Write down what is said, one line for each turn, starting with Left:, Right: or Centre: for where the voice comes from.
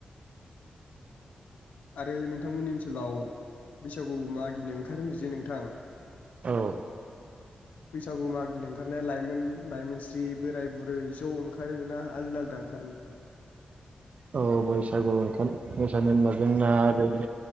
Left: आरो नोंथांमोननि ओनसोलाव बैसागु मागिनो ओंखारो होनदों जे नोंथां
Right: औ
Left: बैसागु मागिनो ओंखारनायालाय मोन लाइमोनस्रि बोराय-बुरै ज' ओंखारो ना आलदा आलदा ओंखारो नोंथां
Right: औ बैसागु ओंखार मोसानो होनबा जोंना ओरै